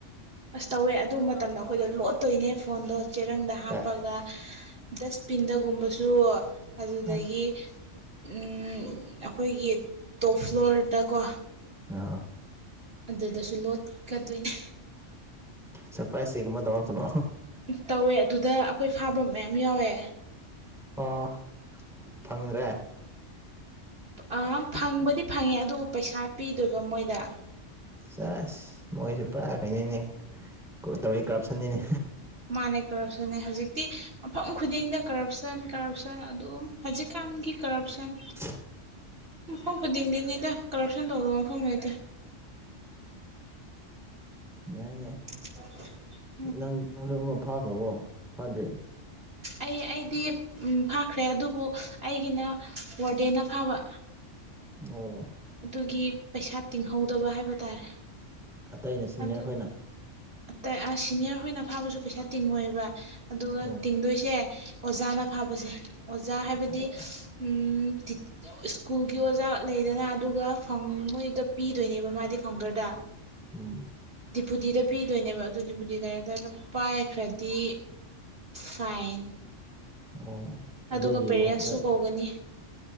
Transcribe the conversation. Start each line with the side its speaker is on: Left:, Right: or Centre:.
Right: ꯑꯁ ꯇꯧꯋꯦ ꯑꯗꯨ ꯃꯇꯝꯗ ꯑꯩꯈꯣꯏꯗꯣ ꯂꯣꯠꯇꯣꯏꯅꯦ ꯐꯣꯟꯗꯣ ꯆꯦꯔꯪꯗ ꯍꯥꯞꯄꯒ
Centre: ꯀꯥꯏ
Right: ꯗꯁꯕꯤꯟꯗꯒꯨꯝꯕꯁꯨ ꯑꯗꯨꯗꯒꯤ
Centre: ꯑꯁ
Right: ꯎꯝ ꯑꯩꯈꯣꯏꯒꯤ ꯇꯣꯞ ꯐ꯭ꯂꯣꯔꯗꯀꯣ
Centre: ꯑꯥ
Right: ꯑꯗꯨꯗꯁꯨ ꯂꯣꯠꯀꯗꯣꯏꯅꯤ
Centre: ꯁꯔꯄ꯭ꯔꯥꯏꯁ ꯆꯦ ꯒꯨꯝꯕ ꯇꯧꯔꯛꯇꯔꯣ
Right: ꯇꯧꯋꯦ ꯑꯗꯨꯗ ꯑꯩꯈꯣꯏ ꯐꯥꯕ ꯃꯌꯥꯝ ꯌꯥꯎꯋꯦ
Centre: ꯑꯣ ꯐꯪꯗ꯭ꯔꯦ
Right: ꯑ ꯐꯪꯕꯗꯤ ꯐꯪꯉꯦ ꯑꯗꯨꯕꯨ ꯄꯩꯁꯥ ꯄꯤꯗꯣꯏꯕ ꯃꯣꯏꯗ
Centre: ꯁꯦꯁ ꯃꯣꯏꯁꯨ ꯄꯨꯔꯥ ꯀꯩꯅꯣꯅꯦ ꯀꯣ ꯇꯧꯔꯤ ꯀꯔꯞꯁꯟꯅꯤꯅꯦ
Right: ꯃꯥꯅꯦ ꯀꯔꯞꯁꯟꯅꯦ ꯍꯧꯖꯤꯛꯇꯤ ꯃꯐꯝ ꯈꯨꯗꯤꯡꯗ ꯀꯔꯞꯁꯟ ꯀꯔꯞꯁꯟ ꯑꯗꯨꯝ ꯍꯧꯖꯤꯛꯀꯥꯟꯒꯤ ꯀꯔꯞ ꯁꯟ
Centre: <inaudible>
Right: ꯃꯐꯝ ꯈꯨꯗꯤꯡꯗꯤꯅꯤꯗ ꯀꯔꯞꯁꯟ ꯇꯧꯗꯕ ꯃꯐꯝ ꯂꯩꯇꯦ
Centre: ꯌꯥꯏ ꯌꯥꯏ
Right: <inaudible>
Centre: ꯅꯪ ꯅꯪꯁꯨ ꯑꯃ ꯐꯥꯈ꯭ꯔꯕꯣ ꯐꯥꯗ꯭ꯔꯤ
Right: ꯑꯩ ꯑꯩꯗꯤ ꯎꯝ ꯐꯥꯈ꯭ꯔꯦ ꯑꯗꯨꯕꯨ ꯑꯩꯒꯤꯅ ꯋꯥꯔꯗꯦꯟꯅ ꯐꯥꯕ
Centre: ꯑꯣ
Right: ꯑꯗꯨꯒꯤ ꯄꯩꯁꯥ ꯇꯤꯡꯍꯧꯗꯕ ꯍꯥꯏꯕ ꯇꯥꯔꯦ
Centre: ꯑꯇꯩꯩꯅ ꯁꯤꯅꯤꯌꯔ
Right: ꯑꯗꯨ
Centre: ꯈꯣꯏꯅ
Right: ꯑꯇꯩ ꯑ ꯁꯤꯅꯤꯌꯔ ꯍꯣꯏꯅ ꯐꯥꯕꯁꯨ ꯄꯩꯁꯥ ꯇꯤꯡꯉꯣꯏꯕ ꯑꯗꯨꯒ
Centre: ꯑꯣ
Right: ꯇꯤꯡꯗꯣꯏꯁꯦ ꯑꯣꯖꯥꯅ ꯐꯥꯕꯁꯦ ꯑꯣꯖꯥ ꯍꯥꯏꯕꯗꯤ
Centre: ꯑꯣ
Right: ꯎꯝ ꯇꯤꯠ ꯁ꯭ꯀꯨꯜꯒꯤ ꯑꯣꯖꯥ ꯂꯩꯗꯅ ꯑꯗꯨꯒ ꯐꯥꯎꯟ‌ ꯃꯣꯏꯗ ꯄꯤꯗꯣꯏꯅꯦꯕ ꯃꯥꯗꯤ ꯐꯥꯎꯟꯗꯔꯗ
Centre: ꯎꯝ
Right: ꯗꯤꯄꯨꯗꯤꯗ ꯄꯤꯗꯣꯏꯅꯦꯕ ꯑꯗꯨꯗꯤꯕꯨꯗꯤ ꯗꯥꯏꯔꯦꯛꯇꯔ ꯄꯥꯏꯈ꯭ꯔꯗꯤ ꯐꯥꯏꯟ
Centre: ꯑꯣ ꯑꯗꯨꯒꯤ
Right: ꯑꯗꯨꯒ ꯄꯦꯔꯦꯟꯁꯨ
Centre: ꯃꯍꯨꯠꯇ
Right: ꯀꯧꯒꯅꯤ